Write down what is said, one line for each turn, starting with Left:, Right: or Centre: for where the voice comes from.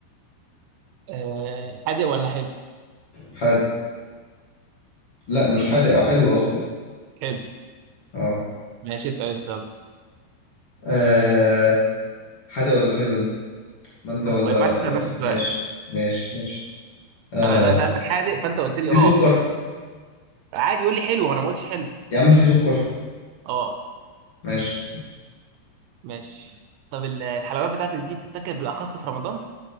Right: أه حادق ولا حلو؟
Left: حادق لا مش
Right: مم،
Left: حادق آه، حلو قصدي
Right: حلو
Left: اه
Right: ماشي اسأل أنت يلا
Left: آه، حادق ولا حلو انت ما انت
Right: ما
Left: ولا
Right: ينفعش
Left: لا خلاص
Right: تسأل نفس السؤال
Left: ماشي ماشي ماشي آه.
Right: انا انا سالتك حادق فانت قلت لي
Left: في
Right: اه
Left: سكر
Right: عادي قول لي حلو وانا ما قلتش حلو
Left: يا عم في سكر
Right: اه
Left: ماشي
Right: ماشي طب ال- الحلويات بتاعتك دي بتتاكل بالاخص في رمضان